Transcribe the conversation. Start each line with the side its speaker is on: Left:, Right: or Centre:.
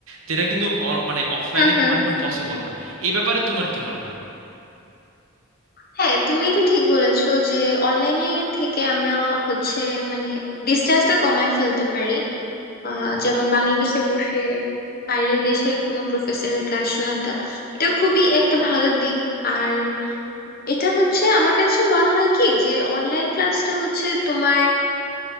Right: যেটা কিন্তু অ- মানে অফলাইনে
Left: হুম হুম
Right: তোমার এখন পসিবল না এই ব্যাপারে তোমার কি মনে হয়
Left: হ্যাঁ তুমি এটা ঠিক বলেছো যে অনলাইনে থেকে আমরা হচ্ছে মানে ডিস্টেন্সটা কমায় ফেলতে পারি আহ যেমন বাংলাদেশে বসে বাইরের দেশে কোনো প্রফেসরের ক্লাস শোনাটা এটা খুবই একটা ভালো দিক আর এটা হচ্ছে আমার কাছে মনে হয় কি যে অনলাইন ক্লাসটা হচ্ছে তোমার